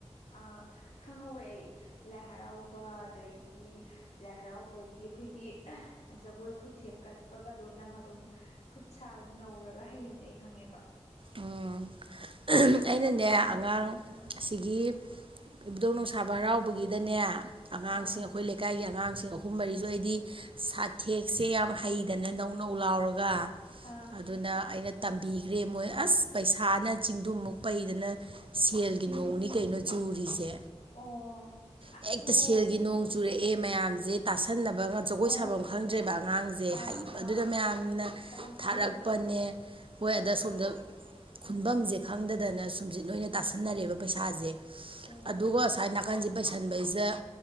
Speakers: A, on the left; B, on the right.
A: ꯑ ꯈꯪꯍꯧꯋꯦ ꯑꯩ ꯂꯥꯏ ꯍꯔꯥꯎꯕ ꯑꯗꯒꯤ ꯂꯥꯏ ꯍꯔꯥꯎꯕꯒꯤ ꯑꯈꯣꯏꯒꯤ ꯖꯒꯣꯏ ꯈꯨꯊꯦꯛ ꯀꯠꯄꯒꯗꯣ ꯅꯪ ꯑꯗꯨꯝ ꯈꯨꯠ ꯁꯥ ꯑꯗꯨꯝ ꯅꯧꯔꯒ ꯍꯩꯕꯅꯦ ꯑꯩ ꯈꯪꯉꯦꯕ
B: ꯎꯝ
A: ꯑꯗꯨꯝ
B: ꯑꯩꯅꯅꯦ
A: ꯄꯛꯆꯅꯤ
B: ꯑꯉꯥꯡ
A: ꯑꯥ
B: ꯁꯤꯒꯤ ꯏꯕꯨꯗꯧ ꯅꯨꯡꯁꯥꯕ ꯍꯔꯥꯎꯕꯒꯤꯗꯅꯦ ꯑꯉꯥꯡꯁꯦ
A: ꯑꯥ
B: ꯑꯈꯣꯏ ꯂꯩꯀꯥꯏꯒꯤ ꯑꯉꯥꯡꯁꯤꯡ ꯑꯍꯨꯝ ꯃꯔꯤꯁꯨ ꯑꯩꯗꯤ ꯁꯥꯊꯦꯛꯁꯦ ꯌꯥꯝ ꯍꯩ ꯗꯅ ꯅꯧꯅꯧ ꯂꯥꯎꯔꯒ
A: ꯑꯥ
B: ꯑꯗꯨꯅ ꯑꯩꯅ ꯇꯝꯕꯤꯈ꯭ꯔꯦ ꯃꯣꯏ ꯑꯁ ꯄꯩꯁꯥꯅ ꯆꯤꯡꯗꯨꯃꯨꯛ ꯄꯩꯗꯅ ꯁꯦꯜꯒꯤ
A: ꯆꯤꯡꯗꯨꯝꯃꯨ
B: ꯅꯣꯡꯅꯤ ꯀꯩꯅꯣ ꯆꯨꯔꯤꯁꯦ
A: ꯑꯣ
B: ꯍꯦꯛꯇ
A: ꯑꯣ
B: ꯁꯦꯜꯒꯤ ꯅꯣꯡ ꯆꯨꯔꯛꯑꯦ ꯃꯌꯥꯝꯁꯦ ꯇꯥꯁꯟꯅꯕꯒ ꯖꯒꯣꯏ
A: ꯑꯣ
B: ꯁꯥꯐꯝ ꯈꯪꯗ꯭ꯔꯤꯕ ꯑꯉꯥꯡꯁꯦ
A: ꯑꯥ
B: ꯍꯩꯕꯗꯨꯗ
A: ꯑꯥ
B: ꯃꯌꯥꯝꯅ
A: ꯁꯥꯐꯝ ꯈꯪꯗꯕꯗꯣ
B: ꯊꯥꯔꯛꯄꯅꯦ ꯍꯣꯏ
A: ꯐꯖꯕꯗꯣ
B: ꯑꯗ ꯁꯣꯝꯗ ꯈꯨꯟꯕꯝꯁꯦ
A: ꯎꯝ
B: ꯈꯪꯗꯗꯅ ꯁꯨꯝꯁꯤꯠꯅ ꯑꯣꯏꯅ ꯇꯥꯁꯟꯅꯔꯦꯕ ꯄꯩꯁꯥꯁꯦ
A: ꯑꯣ
B: ꯑꯗꯨꯒ ꯑꯁꯥꯏ ꯅ ꯀꯥꯟꯁꯤ ꯄꯩꯁꯟꯕꯁꯤꯗ